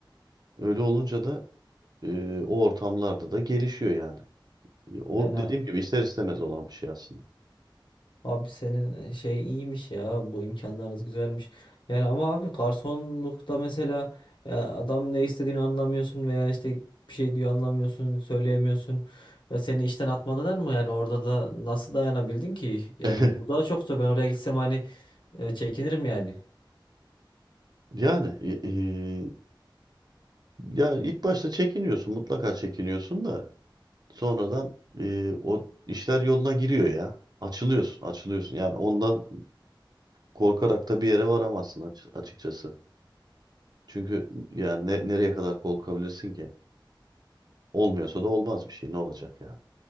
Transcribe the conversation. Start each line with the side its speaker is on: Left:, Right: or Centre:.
Right: Öyle olunca da e, o ortamlarda da gelişiyor yani. E, O
Left: Yani
Right: dediğim gibi ister istemez olan bir şey aslında.
Left: Abi senin e, şey iyiymiş ya bu imkanlarınız güzelmiş. Yani ama abi garsonlukta mesela ya adam ne istediğini anlamıyorsun veya işte bir şey diyor anlamıyorsun söyleyemiyorsun. Ya seni işten atmadılar mı yani orada da nasıl dayanabildin ki? Yani
Right: <laughs>
Left: bu daha çok zor ben oraya gitsem hani e, çekinirim yani.
Right: Yani e, e, ya ilk başta çekiniyorsun, mutlaka çekiniyorsun da sonradan e, o işler yoluna giriyor ya. Açılıyorsun, açılıyorsun. Yani ondan Korkarak da bir yere varamazsın aç- açıkçası. Çünkü yani ne- nereye kadar korkabilirsin ki? Olmuyorsa da olmaz bir şey. Ne olacak yani?